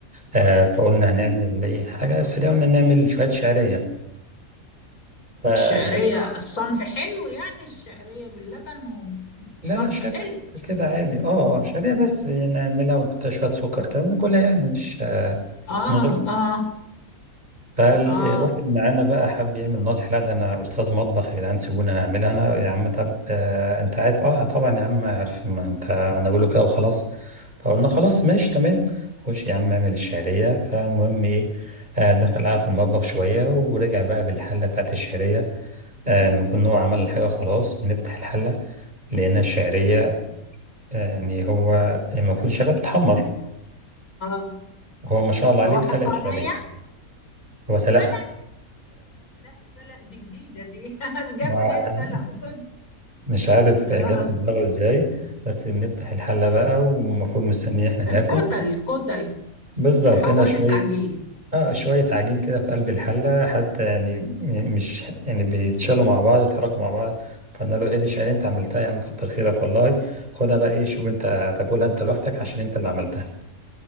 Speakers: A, on the right (about 30°); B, on the left (about 75°).
A: آه فقلنا هنعمل ايه حاجه سريعه قلنا نعمل شويه شعريه فبس
B: الشعرية الصنف حلو يعني الشعرية باللبن
A: لا
B: وصنف
A: لا شعريه
B: حلو
A: بس كده عادي اه اه شعريه بس نعملها ونحطها شويه سكر كده ناكلها يعني مش آه
B: اه
A: من غير
B: اه
A: فواحد
B: اه
A: معانا بقى حب يعمل ناصح لا ده انا استاذ مطبخ يا جدعان سيبوني انا اعملها انا يا عم طب آه انت عارف اه طبعا يا عم عارف ما انت انا بقول له كده وخلاص فقلنا خلاص ماشي تمام خش يا عم اعمل الشعريه فالمهم ايه آه دخل قعد في المطبخ شويه ورجع بقى بالحله بتاعت الشعريه آه المفروض ان هو عمل الحاجه خلاص بنفتح الحله لقينا الشعريه آه يعني هو المفروض الشعريه بتحمر
B: اه
A: هو ما شاء الله عليه
B: هو
A: سلق
B: حطانية
A: الشعريه هو سلقها
B: سلق لا سلق دي جديدة دي <laughs> جاب
A: سلقها
B: منين سلق قطن
A: مش عارف
B: آه.
A: جت في دماغه ازاي بس بنفتح الحلة بقى والمفروض مستنيين احنا ناكل
B: كتل كتل
A: بالظبط
B: تحولت
A: هنا شوية
B: عجين
A: اه شوية عجين كده في قلب الحلة حتى يعني م- مش يعني بيتشالوا مع بعض ويتحركوا مع بعض فانا له هي دي شعير انت عملتها يا عم كتر خيرك والله خدها بقى ايه شوف انت هتاكلها انت لوحدك عشان انت اللي عملتها